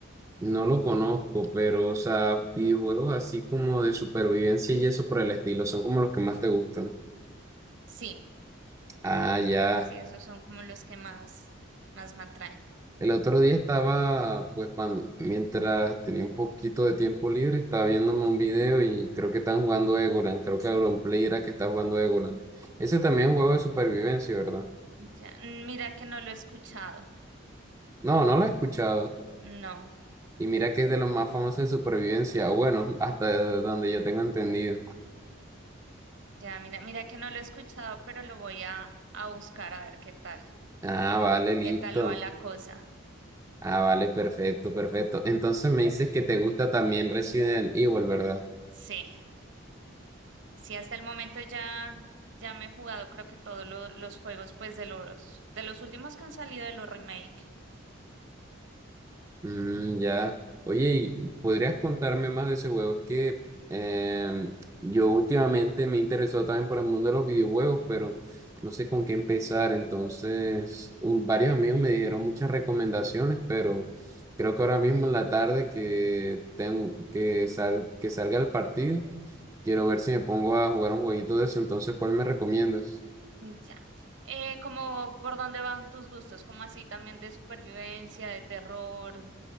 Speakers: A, on the right (about 15°); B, on the right (about 65°).
A: no lo conozco, pero, o sea, videojuegos así como de supervivencia y eso por el estilo, son como los que más te gustan.
B: Sí,
A: Ah, ya.
B: sí, esos son como los que más, más me atraen.
A: El otro día estaba, pues, pan- mientras tenía un poquito de tiempo libre, estaba viéndome un video y creo que están jugando Egoland. Creo que Auronplay era que está jugando Egoland. Ese también es un juego de supervivencia, ¿verdad?
B: Ya, mira que no lo he escuchado.
A: No, no lo he escuchado.
B: No.
A: Y mira que es de los más famosos de supervivencia. o Bueno, <laughs> hasta donde yo tengo entendido.
B: Ya, mira, mira que no lo he escuchado, pero lo voy a, a buscar a ver qué tal,
A: Ah, vale, listo.
B: qué tal va la cosa.
A: Ah, vale, perfecto, perfecto. Entonces me dices que te gusta también Resident Evil, ¿verdad?
B: Sí, sí, hasta el momento ya, ya me he jugado creo que todos lo- los juegos, pues de los, de los últimos que han salido de los remake.
A: Mm, ya. Oye, ¿y ¿podrías contarme más de ese juego? Es que em, yo últimamente me he interesado también por el mundo de los videojuegos, pero no sé con qué empezar. Entonces, un- varios amigos me dijeron muchas recomendaciones, pero creo que ahora mismo en la tarde que tengo que sal- que salga el partido, quiero ver si me pongo a jugar un jueguito de eso. Entonces, ¿cuál me recomiendas?
B: mm, Ya. Eh, como, ¿por dónde van tus gustos? Como así también de supervivencia, de terror.